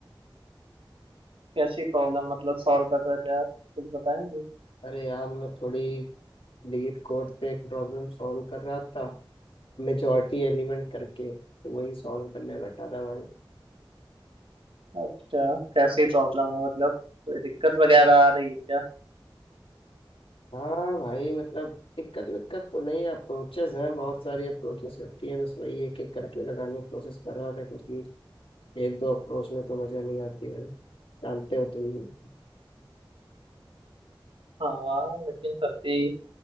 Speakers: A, on the right (about 80°); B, on the left (about 90°).
A: कैसी प्रॉब्लम मतलब सॉल्व कर रहे थे आप कुछ बताएंगे
B: अरे यार मैं थोड़ी लीड कोड पे एक प्रॉब्लम सॉल्व कर रहा था मेजॉरिटी एलिमेंट करके तो वही सॉल्व करने बैठा था भाई
A: अच्छा कैसी प्रॉब्लम है मतलब कोई दिक्कत वगैरह आ रही है क्या
B: हाँ भाई मतलब दिक्कत विक्कत तो नहीं है अप्रोचेस हैं बहुत सारी अप्रोचेस होती हैं बस वही एक एक करके लगाने की कोशिश कर रहा था क्योंकि एक दो अप्रोच में तो मजा नहीं आती भाई जानते हो तुम भी
A: हाँ लेकिन तब भी